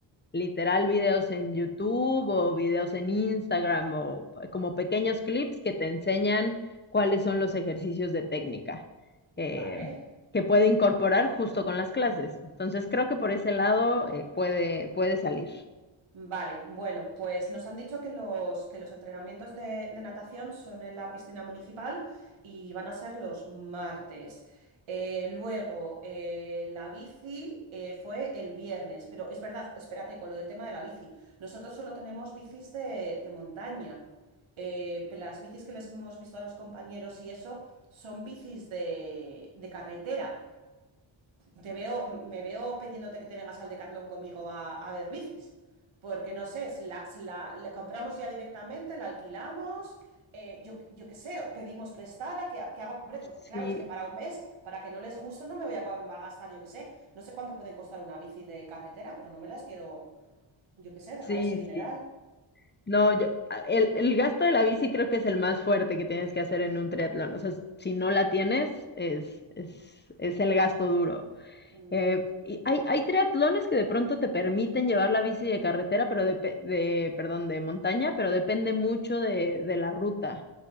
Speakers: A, on the left; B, on the right.
A: literal videos en YouTube o videos en Instagram o como pequeños clips que te enseñan cuáles son los ejercicios de técnica eh,
B: Vale.
A: que puede incorporar justo con las clases. Entonces creo que por ese lado eh, puede, puede salir.
B: Vale, bueno, pues nos han dicho que los, que los entrenamientos de, de natación son en la piscina municipal y van a ser los martes. Eh, luego, eh, la bici eh, fue el viernes, pero es verdad, espérate, con lo del tema de la bici. Nosotros solo tenemos bicis de, de montaña. Eh, pe- las bicis que les hemos visto a los compañeros y eso son bicis de, de carretera te veo, me veo pidiéndote que te vengas al Decathlon conmigo a, a ver bicis. Porque no sé, si la, si la- la compramos ya directamente, la alquilamos, eh, yo, yo qué sé, pedimos prestada, que, que hago, hombre, que- porque
A: Sí,
B: claro, es que para un mes, para que no les guste, no me voy a, a gastar, yo qué sé, no sé cuánto pueden costar una bici de carretera, pero no me las quiero, yo qué sé, dejar
A: sí,
B: ese dineral.
A: sí. No, yo- ah, el, el gasto de la bici creo que es el más fuerte que tienes que hacer en un triatlón. O sea, si no la tienes, es, es, es el gasto duro.
B: Mm,
A: Eh, y hay, hay triatlones que de pronto te permiten llevar la bici de carretera, pero de, de perdón, de montaña, pero depende mucho de, de la ruta.